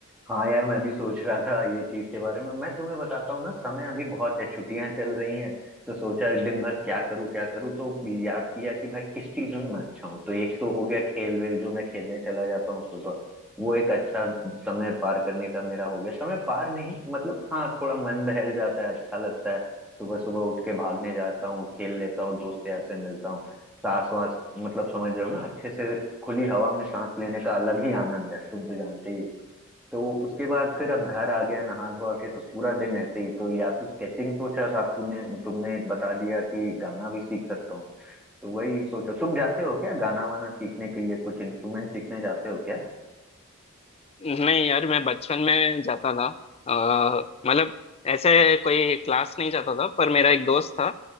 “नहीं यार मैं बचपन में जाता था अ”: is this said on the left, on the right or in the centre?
Left